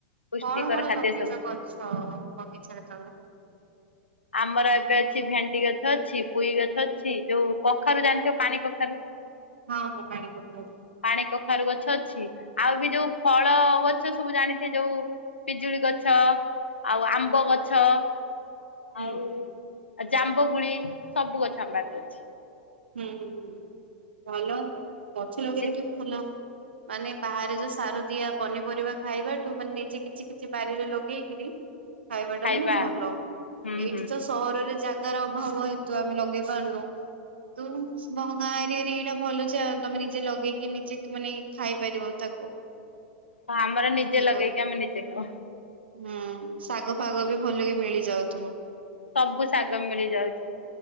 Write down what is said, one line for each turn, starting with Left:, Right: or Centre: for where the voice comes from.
Left: ପୁଷ୍ଟିକର
Right: କଣ କଣ
Left: ଖାଦ୍ୟ
Right: ଲଗେଇଚ
Left: ସବୁ।
Right: ଗଛ ବଗିଚାରେ ତମେ?
Left: ଆମର ଏବେ ଅଛି ଭେଣ୍ଡି ଗଛ ଅଛି ପୁଇ ଗଛ ଅଛି ଯୋଉ କଖାରୁ ଜାଣିଥିବ ପାଣି କଖାରୁ।
Right: ହଁ ହଁ ପାଣି କୋଟରୁ
Left: ପାଣି କଖାରୁ ଗଛ ଅଛି ଆଉ ବି ଯୋଉ ଫଳ ଗଛ ସବୁ ଜାଣିଥେ ଯୋଉ ପିଜୁଳି ଗଛ ଆଉ ଆମ୍ବ
Right: ହୁଁ
Left: ଗଛ।
Right: ହୁଁ
Left: ଆଉ ଆ ଜାମ୍ବ ଗୁଳି ସବୁ ଗଛ ଆମ ବାଡ଼ିରେ ଅଛି।
Right: ହୁଁ ହୁଁ ହୁଁ ଭଲ ଗଛ
Left: ଅଛି
Right: ଲଗେଇବା ଯୋଉ ଭଲ। ମାନେ ବାହାରେ ଯୋଉ ସାର ଦିଆ ପନିପରିବା ଖାଇବାଠୁ ମାନେ ନିଜେ କିଛି କିଛି ବାରିରେ ଲଗେଇକିରି ଖାଇବାଟା
Left: ଖାଇବା
Right: ମାନେ ଭଲ
Left: ହୁଁ
Right: ଏଇଠି
Left: ହୁଁ
Right: ଚଷ୍ ସହରରେ ଜାଗାର ଅଭାବ ହେତୁ ଆମେ ଲଗେଇ ପାରୁନୁ। ତୁ ବହ ଗାଁ ଏରିଆରେ ଏଇଟା ଭଲ ଚା ତମେ ନିଜେ ଲଗେଇକି ନିଜେ ମାନେ ଖାଇପାରିବ ତାକୁ।
Left: ହ ଆମର ନିଜେ
Right: ଇଏ
Left: ଲଗେଇକି
Right: କ
Left: ଆମେ ନିଜେ ଖାଉ।
Right: ହୁଁ ଶାଗ ଫାଗ ବି ଭଲ କି ମିଳି ଯାଉଥୁବ।
Left: ସବୁ ଶାଗ ମିଳିଯାଉ